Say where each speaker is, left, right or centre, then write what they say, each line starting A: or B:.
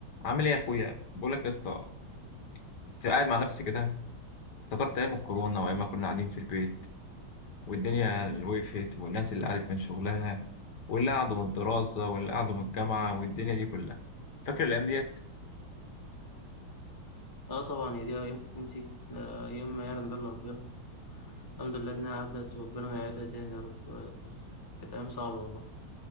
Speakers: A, on the left; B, on the left.
A: عامل ايه يا اخويا بقول لك يا اسطى انت قاعد مع نفسك كده افتكرت ايام الكورونا وايام ما كنا قاعدين في البيت والدنيا اللي وقفت والناس اللي قعدت من شغلها واللي قعدوا من الدراسه واللي قعدوا من الجامعه والدنيا دي كلها فاكر الايام ديت
B: اه طبعا هي دي ايام تتنسي آه، ايام ما يعلم بالله ربنا الحمد لله انها عدت وربنا ما يعيدها تاني يا رب آه، كانت ايام صعبة والله